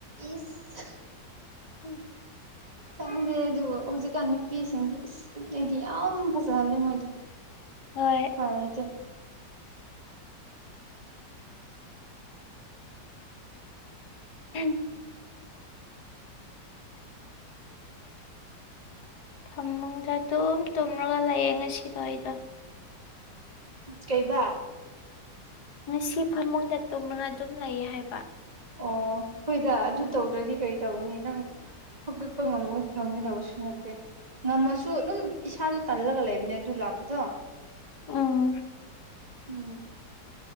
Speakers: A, on the right (about 20°); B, on the left (about 65°).
A: ꯏꯁ
B: ꯎꯝ
A: ꯈꯪꯗꯦ ꯑꯗꯨꯕꯨ ꯍꯧꯖꯤꯛꯀꯥꯟ ꯅꯨꯄꯤꯁꯤꯡꯗꯤ ꯑꯁ ꯑꯩꯗꯤ ꯌꯥꯝ ꯐꯖꯍꯜꯂꯦ ꯃꯣꯏꯗꯣ
B: ꯍꯣꯏ
A: ꯎꯄꯥꯢ ꯂꯩꯇꯦ
B: <unintelligible> ꯐꯃꯨꯡꯗ ꯑꯗꯨꯝ ꯇꯨꯝꯔꯒ ꯂꯩꯌꯦ ꯉꯁꯤꯗꯣ ꯑꯩꯗꯣ
A: ꯀꯩꯕ
B: ꯉꯁꯤ ꯐꯃꯨꯡꯗ ꯇꯨꯝꯔꯒ ꯑꯗꯨꯝ ꯂꯩ ꯍꯥꯏꯕ
A: ꯑꯣ ꯍꯣꯏꯗ ꯑꯗꯨ ꯇꯧꯗ꯭ꯔꯗꯤ ꯀꯔꯤ ꯇꯧꯒꯅꯤ ꯅꯪ ꯍꯧꯒꯠꯄ ꯉꯝꯃ ꯉꯝꯒꯗꯕꯁꯨ ꯅꯠꯇꯦ ꯉꯝꯃꯁꯨ ꯑꯗꯨꯝ ꯏꯁꯥꯗꯣ ꯇꯜꯂꯒ ꯂꯩꯕꯅꯦ ꯑꯗꯨ ꯂꯥꯛꯄꯗꯣ
B: ꯎꯝ
A: ꯎꯝ